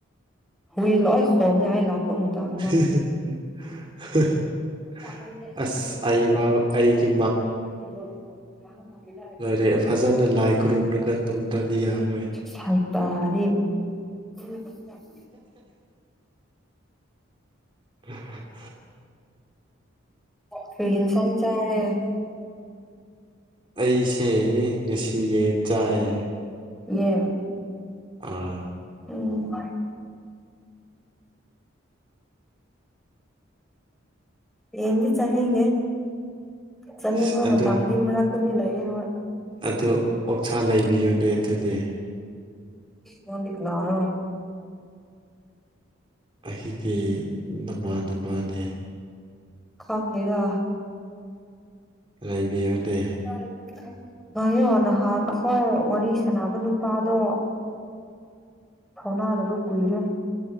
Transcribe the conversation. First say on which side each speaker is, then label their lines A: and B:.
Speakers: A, in the centre; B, on the right.
A: ꯍꯨꯏ ꯂꯣꯏ ꯈꯣꯡꯉꯦ ꯑꯩ ꯂꯥꯛ ꯄ ꯃꯇꯝ
B: <unintelligible>
A: <unintelligible>
B: ꯑꯁ ꯑꯩꯐꯥꯎ ꯑꯩꯒꯤ ꯂꯥꯛꯔ‌ꯦ ꯐꯖꯅ ꯂꯥꯏ ꯈꯨꯔꯨꯝꯂꯒ ꯇꯨꯝꯗ꯭ꯔꯗꯤ ꯌꯥꯔꯔꯣꯏ
A: ꯁꯥꯏꯇꯥꯗꯤ <unintelligible>
B: <unintelligible>
A: ꯀꯔꯤ ꯏꯟꯁꯥꯡ ꯆꯥꯔꯦ
B: ꯑꯩꯁꯦ ꯉꯁꯤ ꯌ‌ꯦꯟ ꯆꯥꯏꯌ‌ꯦ
A: ꯌ‌ꯦꯟ
B: ꯑꯥ
A: ꯎꯝ ꯌꯦꯟꯗꯤ ꯆꯥꯅꯤꯡꯗꯦ ꯆꯅꯤꯡꯕ
B: ꯑꯁ ꯑꯗꯨ
A: ꯃꯇꯝꯗꯤ ꯃꯔꯛꯇꯗꯤ‌ ꯂꯩꯌꯦ ꯍꯣꯏ
B: ꯑꯗꯨ ꯑꯣꯛꯁꯥ ꯂꯩꯕꯤꯌꯨꯅꯦ ꯑꯗꯨꯗꯤ꯫
A: ꯅꯪꯗꯤ ꯀꯅꯥꯔꯣ
B: ꯑꯩꯗꯤ ꯅꯃꯥꯟꯅꯕꯅꯦ
A: ꯈꯪꯗ‌ꯦꯗ
B: ꯂꯩꯕꯤꯌꯨꯅꯦ
A: ꯎ <inaudible> ꯉꯥꯢꯌꯣ ꯅꯍꯥꯟ ꯑꯩꯈꯣꯏ ꯋꯥꯔꯤ ꯁꯥꯟꯅꯕ ꯅꯨꯄꯥꯗꯣ ꯊꯧꯅꯥꯗꯕ ꯀꯨꯏꯔꯦ